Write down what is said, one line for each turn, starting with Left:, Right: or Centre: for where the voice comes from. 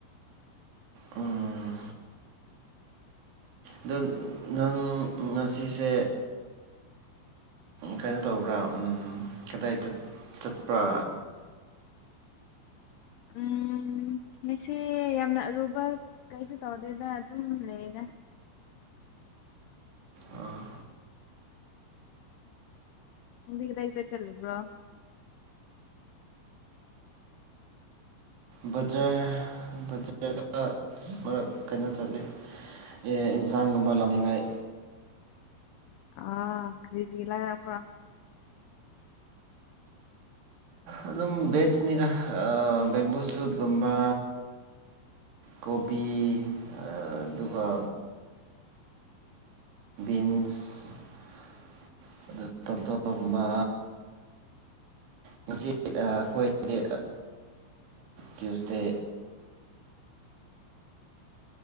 Right: ꯎꯝ ꯑꯗꯣ ꯅꯪ ꯉꯁꯤꯁꯦ ꯀꯩꯅꯣ ꯇꯧꯕ꯭ꯔꯥ ꯀꯗꯥꯏ ꯆꯠꯄ꯭ꯔꯥ
Left: ꯎꯝ ꯑꯩꯁꯦ ꯌꯥꯝꯅ ꯑꯔꯨꯕ ꯀꯩꯁꯨ ꯇꯧꯗꯦꯗ ꯑꯗꯨꯝ ꯂꯩꯗ
Right: ꯑꯥ
Left: ꯅꯪꯗꯤ ꯀꯗꯥꯏ ꯀꯗꯥꯏ ꯆꯠꯂꯨꯕ꯭ꯔꯣ
Right: ꯕꯖ꯭ꯔꯗ ꯀꯩꯅꯣ ꯆꯠꯂꯤ ꯑꯦꯟꯁꯥꯡꯒꯨꯝꯕ ꯂꯥꯛꯅꯤꯡꯉꯥꯏ
Left: ꯑꯥ ꯀꯔꯤꯒꯤ ꯂꯩꯔꯛꯄ
Right: ꯑꯗꯨꯝ ꯕꯦꯁꯅꯤꯗ ꯕꯦꯝꯕꯨ ꯁꯨꯠꯀꯨꯝꯕ ꯀꯣꯕꯤ ꯑꯗꯨꯒ ꯏꯟꯁ ꯇꯣꯞ ꯇꯣꯞꯄꯒꯨꯝꯕ
Left: ꯑ
Right: ꯉꯁꯤ ꯑꯩꯈꯣꯏꯗꯤ ꯇ꯭ꯌꯨꯁꯗꯦ
Left: <inaudible>